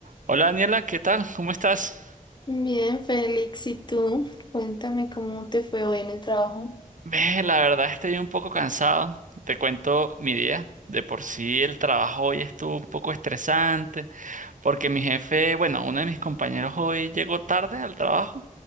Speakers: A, on the right; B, on the left.
A: Hola Daniela, ¿qué tal? ¿Cómo estás?
B: Bien, Félix, ¿y tú? Cuéntame cómo te fue hoy en el trabajo.
A: Ve, la verdad estoy un poco cansado. Te cuento mi día. De por sí el trabajo hoy estuvo un poco estresante porque mi jefe, bueno, uno de mis compañeros hoy llegó tarde al trabajo